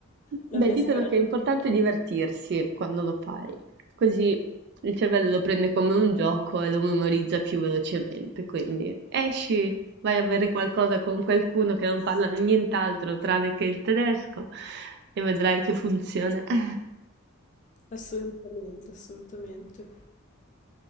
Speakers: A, on the left (about 35°); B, on the right (about 55°).
A: La
B: Beh,
A: mia
B: dicono
A: speranza.
B: che è importante divertirsi quando lo fai, così il cervello lo prende come un gioco e lo memorizza più velocemente. Quindi esci, vai a bere qualcosa con qualcuno che non parla nient'altro tranne che il tedesco e vedrai che funziona. <laughs>
A: Assolutamente, assolutamente.